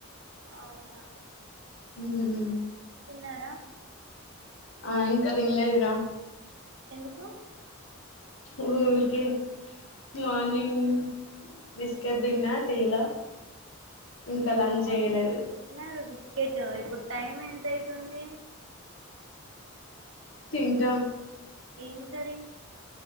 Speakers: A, on the right; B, on the left.
A: అవునా
B: ఉహు
A: తిన్నారా
B: ఆ ఇంకా తినలేదుర
A: ఎందుకు
B: ఊరికే మార్నింగ్ బిస్కెట్ తిన్నా టీ లో ఇంకా
A: మార్నింగ్
B: లంచ్ చేయలేదు
A: తిన్నారు బిస్కెట్ ఇప్పుడు టైం ఎంత అవుతుంది
B: తింటాం
A: ఏం కర్రీ